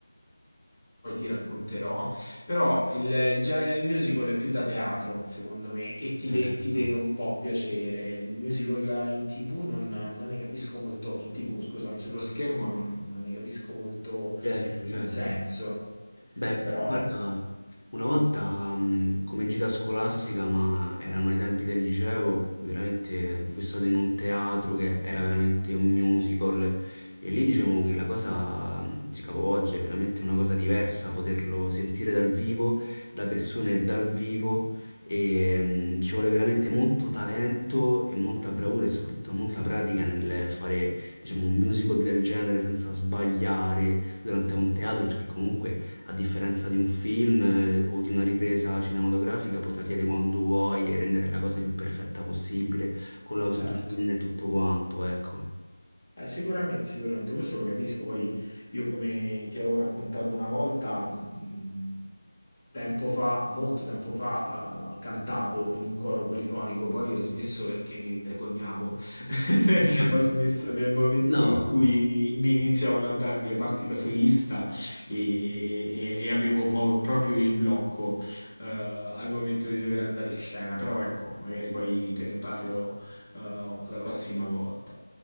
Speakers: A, on the left; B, on the left.
A: poi ti racconterò, però il, il genere del musical è più da teatro, secondo me, e ti,
B: certo,
A: de- ti deve un po' piacere. Il musical in TV non, non ne capisco molto, in TV, scusami, sullo schermo non, non ne capisco molto
B: certo, certo.
A: il senso,
B: Beh,
A: però
B: guarda,
A: ecco,
B: una volta mh, come gita scolastica, ma erano ai tempi del liceo, veramente fui stato in un teatro che era veramente un musical e lì diciamo che la cosa mh, si capovolge, è veramente una cosa diversa poterlo sentire dal vivo, da persone dal vivo e mh, ci vuole veramente molto talento e molta bravura e soprattutto molta pratica nel fare diciamo un musical del genere senza sbagliare durante un teatro perché comunque a differenza di un film eh, o di una ripresa cinematografica, puoi tagliare quando vuoi e rendere la cosa più perfetta possibile con l'autotune
A: certo.
B: e tutto quanto, ecco.
A: Eh, sicuramente, sicuramente, questo lo capisco. Poi io come ti avevo raccontato una volta, mh, tempo fa, molto tempo fa, eh, cantavo in un coro polifonico, poi ho smesso perché mi vergognavo. <laughs>
B: <laughs>
A: Ho smesso nel momento
B: No.
A: in cui mi, mi iniziavano a dare le parti da solista e, e- e avevo po- proprio il blocco, eh, al momento di dover andare in scena. Però ecco, magari poi te ne parlo, eh, la prossima volta.